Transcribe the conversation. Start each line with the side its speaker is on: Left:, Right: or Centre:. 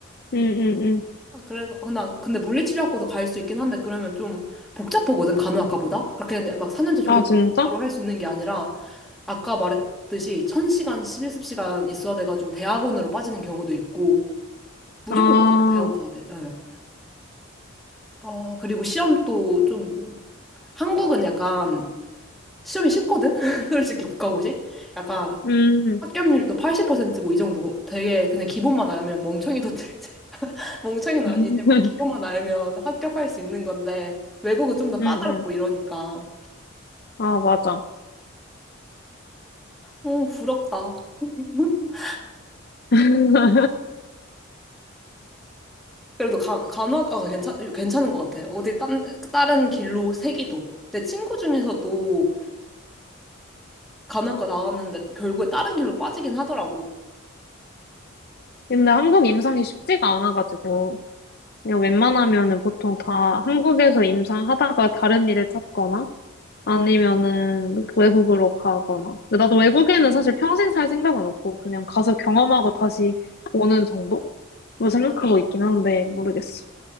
Left: 응, 응.
Centre: 아, 그래서 어, 나 근데 물리치료학과도 갈 수 있긴 한데 그러면 좀 복잡하거든, 간호학과보다. 그렇게 그냥 막 4년제 졸업해서
Left: 아, 진짜?
Centre: 바로 할 수 있는 게 아니라 아까 말했듯이 1000시간 실습 시간 있어야 돼가지고 대학원으로 빠지는 경우도 있고 무조건
Left: 아,
Centre: 무조건 대학원 가야 돼. 예. 아, 그리고 시험도 좀 한국은 약간 시험이 쉽거든? <laughs> 솔직히 국가고시? 약간
Left: 음.
Centre: 합격률도 80%고 이 정도 되게 그냥 기본만 알면 멍청이도 들지. <laughs> 멍청이는
Left: <laughs>
Centre: 아니지만 기본만 알면 합격할 수 있는 건데 외국은 좀 더 까다롭고
Left: 음, 음.
Centre: 이러니까.
Left: 아, 맞아.
Centre: 어, 부럽다. <laughs>
Left: <laughs>
Centre: 그래도 간, 간호학과가 괜찮, 괜찮은 것 같아. 어디 딴, 다른 길로 새기도. 내 친구 중에서도 간호학과 나왔는데 결국에 다른 길로 빠지긴 하더라고.
Left: 근데 한국 임상이 쉽지가 않아가지고, 그냥 웬만하면은 보통 다 한국에서 임상하다가 다른 일을 찾거나, 아니면은 외국으로 가거나. 근데 나도 외국에는 사실 평생 살 생각은 없고, 그냥 가서 경험하고 다시 오는 정도로 생각하고
Centre: 안-
Left: 있긴 한데,
Centre: 음.
Left: 모르겠어.